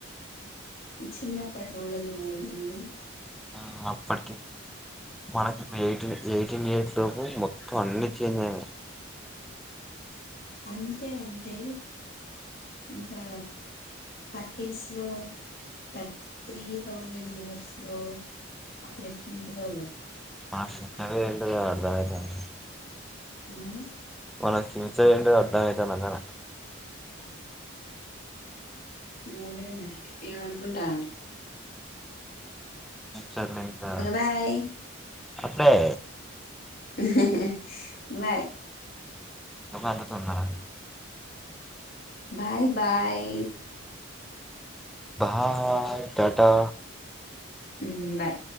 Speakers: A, on the left; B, in the centre.
A: చిన్నప్పటి <unintelligible>
B: ఆ అప్పటికి మనకిప్పుడు ఎయిటీన్ ఎయిటీన్ ఇయర్స్ లోపు మొత్తం అన్ని చేంజయినయి
A: అంతే అంటే సా థర్టీస్ లో థర్ త్రీ థౌజండ్ ఇయర్స్ లో అప్పుడెట్టుంటదో
B: మాష <unintelligible> అర్థమైతంది
A: మ్మ్
B: మన ఫ్యూచర్ ఏంటో అర్థం అయితాంది నాకడ
A: ఎం అనుకుంటున్నా
B: సర్లే ఇంకా
A: బాయ్
B: అప్పుడే
A: ఉహూ హు బాయ్
B: అంత తొందర
A: బాయ్ బాయ్
B: బాయ్ టాటా
A: ఉం బాయ్